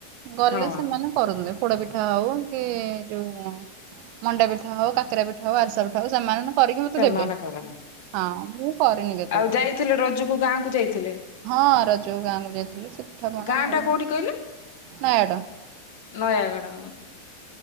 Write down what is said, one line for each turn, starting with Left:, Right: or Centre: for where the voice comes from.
Right: ଗଲେ
Left: ହଁ।
Right: ସେମାନେ କରନ୍ତି ପୋଡପିଠା ହଉ କି ଯୋଉ ମଣ୍ଡା ପିଠା ହଉ କାକରା ପିଠା ହଉ ଆରିସା ପିଠା ହଉ ସେମାନେ କରିକି ମତେ
Left: ସେମାନେ
Right: ଦେବେ
Left: କରନ୍ତି
Right: ହଁ କରିନି କେତେବେଳେ
Left: ଆଉ ଯାଇଥିଲେ ରଜୁକୁ ଗାଁକୁ ଯାଇଥିଲେ?
Right: ହଁ ରଜକୁ ଗାଁକୁ ଯାଇଥିଲୁ ସେ ପିଠା ପଣା
Left: ଗାଁ
Right: ହେଇ
Left: ଟା କୋଉଠି କହିଲେ
Right: ନୟାଡ଼
Left: ନୟାଗଡ